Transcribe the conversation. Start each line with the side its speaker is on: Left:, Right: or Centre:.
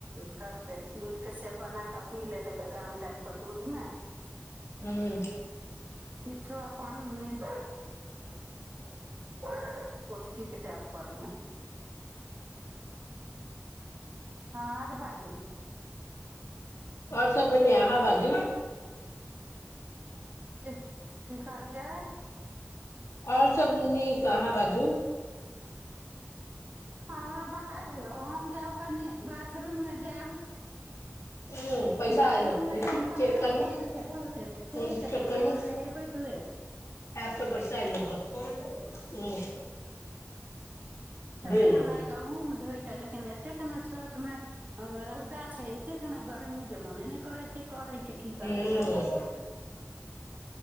Right: करतै मिल्क सेप बना कऽ की लेतेै बादाम डालि कऽ। दूध में।
Left: हूं।
Right: किछो अपन मिल पौष्टिक टैप पर में। हँ आर बाजू।
Left: और सब बनिहा आहाँ बाजू।
Right: की कहलिये।
Left: और सब नीक, अहाँ बाजू।
Right: हँ बाजू हम जायब कनि बाथरूम मे जायब।
Left: हूं पैसा
Right: बाथरूम
Left: एलौ
Right: मे
Left: देखू
Right: जाब कपड़ा
Left: चेक करू
Right: धोल छै बहुते,
Left: फोन
Right: कहि देबै
Left: चेक करू
Right: तहन नेहेबै-धूएबै।
Left: ऐप पर पैसा एलौ हे हूं।
Right: छलै
Left: एलौ
Right: हन आइ गहूँम धोयके लेकिन एतेक ने छत में रौदा छै एतेक ने गर्मी जे मोने नै करै छै, करके की
Left: हँ
Right: काज करू नै करू।